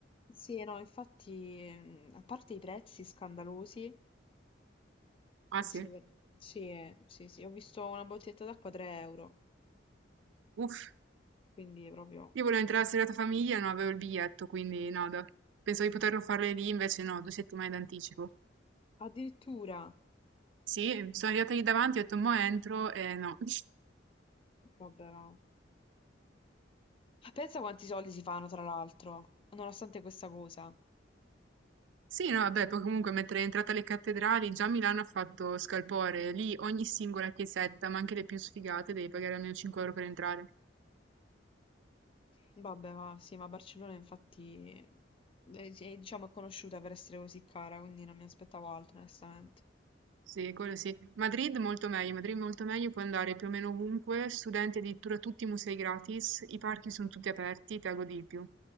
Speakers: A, on the left (about 30°); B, on the right (about 75°).
A: Sì, no, infatti, mm, a parte i prezzi scandalosi,
B: Ah sì?
A: sono- sì, sì, sì, ho visto una bottiglietta d'acqua 3 euro,
B: Uff,
A: quindi proprio,
B: io volevo entrare la serata famiglia e non avevo il biglietto, quindi no, da- pensavo di poterlo fare lì, invece no, due settimane d'anticipo.
A: addirittura,
B: Sì, sono arrivata lì davanti, ho detto mo entro e no. <laughs>
A: vabbè, no. Pensa quanti soldi si fanno, tra l'altro, nonostante questa cosa.
B: Sì, no, vabbè, poi comunque mentre è entrata alle cattedrali, già Milano ha fatto scalpore, lì ogni singola chiesetta, ma anche le più sfigate, devi pagare almeno 5 euro per entrare.
A: Vabbè, ma sì, ma Barcellona infatti è, è, diciamo, conosciuta per essere così cara, quindi non mi aspettavo altro, onestamente.
B: Sì, quello sì. Madrid molto meglio, Madrid molto meglio, puoi andare più o meno ovunque, studenti addirittura tutti i musei gratis, i parchi sono tutti aperti, te la godi di più.